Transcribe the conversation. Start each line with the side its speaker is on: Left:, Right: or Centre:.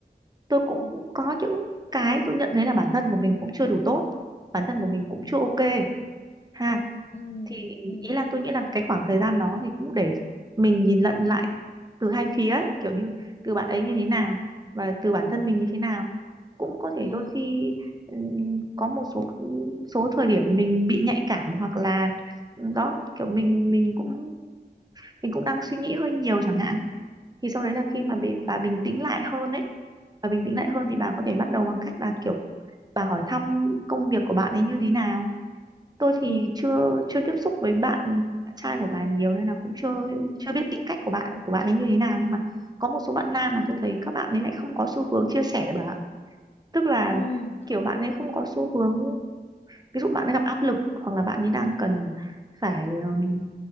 Right: tôi cũng,
Left: Ừ.
Right: cũng có những cái tôi nhận thấy là bản thân của mình cũng chưa đủ tốt, bản thân của mình cũng chưa ok ha
Left: ừ
Right: thì
Left: ừ
Right: ý là tôi nghĩ là cái khoảng thời gian đó thì cũng để mình nhìn lận lại từ hai phía ấy, kiểu như từ bạn ấy như thế nào và từ bản thân mình như thế nào cũng có thể
Left: ừ
Right: đôi khi ừm, có một số ừ, số thời điểm mình bị nhạy cảm hoặc là ừ, đó kiểu mình mình cũng mình cũng đang suy nghĩ hơi nhiều chẳng hạn thì sau đấy là
Left: ừ
Right: khi mà bị, bà bình tĩnh lại hơn ấy bà bình tĩnh lại hơn
Left: ừ
Right: thì bà có thể bắt đầu bằng cách là kiểu bà hỏi thăm công việc của bạn ấy như thế nào tôi thì
Left: ừ
Right: chưa chưa tiếp xúc với bạn bạn trai của bà nhiều nên là cũng chưa
Left: ừ
Right: chưa biết tính cách của bạn của bạn ấy như thế nào nhưng mà có một số bạn nam mà tôi thấy các bạn ấy lại không có xu hướng chia sẻ bà ạ. tức là
Left: ừ.
Right: kiểu bạn ấy không có xu hướng ví dụ bạn ấy gặp áp lực hoặc là bạn ấy đang cần phải um,